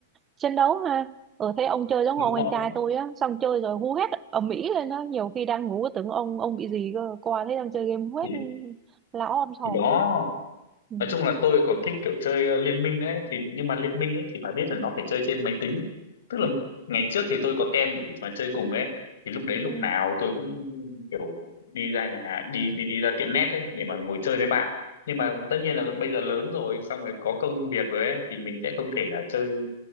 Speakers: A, on the right (about 25°); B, on the left (about 80°).
A: chiến đấu ha ừ thấy ông chơi giống
B: đúng
A: ông
B: rồi
A: anh trai tôi á xong chơi rồi hú hét ầm ĩ lên á nhiều khi đang ngủ tưởng ông ông bị gì cơ qua thấy đang chơi game hú hét
B: thì
A: lão om sòm
B: thì đó
A: Ừ.
B: nói chung là tôi còn thích kiểu chơi ờ, liên minh đấy thì nhưng mà liên minh ấy thì bà biết là nó phải chơi trên máy tính tức là ngày trước thì tôi có tem để mà chơi cùng ấy thì lúc đấy lúc
A: ừ.
B: nào tôi cũng kiểu đi ra nhà hàng- đi đi đi ra tiệm net ấy để mà ngồi chơi với bạn nhưng mà tất nhiên là bây giờ lớn rồi xong rồi có công việc rồi ấy thì mình sẽ không thể là chơi